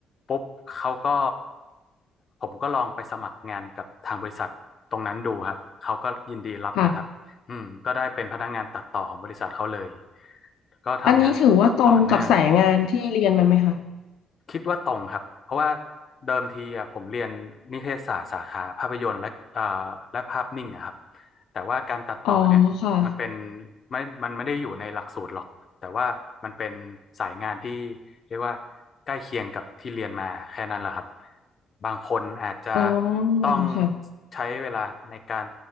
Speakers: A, on the left (about 50°); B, on the left (about 85°).
A: ปุ๊บเขาก็ผมก็ลองไปสมัครงานกับทางบริษัทตรงนั้นดูครับเขาก็ยินดีรับนะครับอืมก็ได้เป็นพนักงานตัดต่อของบริษัทเขาเลย
B: ค่ะ
A: ก็ทำงาน
B: อันนี้ถือว่าตรงกับสายงานที่เรียนมาไหมคะ
A: ต่อเนื่อง คิดว่าตรงครับเพราะว่าเดิมทีอะผมเรียนนิเทศศาสตร์สาขาภาพยนตร์และเอ่อและภาพนิ่งอะครับแต่ว่าการตัดต่อเนี่ยมันเป็น
B: อ๋อค่ะ
A: ไม่มันไม่ได้อยู่ในหลักสูตรหรอกแต่ว่ามันเป็นสายงานที่เรียกว่าใกล้เคียงกับที่เรียนมาแค่นั้นแหละครับบางคนอาจจะ
B: อ๋อ
A: ต้อง
B: ค่ะ
A: ใช้เวลาในการ